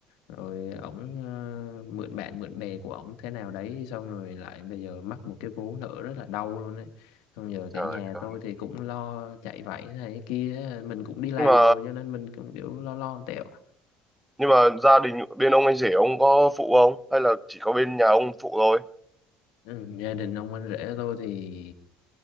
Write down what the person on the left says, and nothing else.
rồi ổng ờ, mượn bạn mượn bè của ổng thế nào đấy xong rồi lại bây giờ mắc một cái vố nợ rất là đau luôn đấy xong giờ cả
nhà
tôi thì cũng lo chạy vạy thế này thế kia mình cũng đi làm
rồi cho nên mình cũng kiểu lo lo tẹo
Ừ, gia đình ông anh rể tôi thì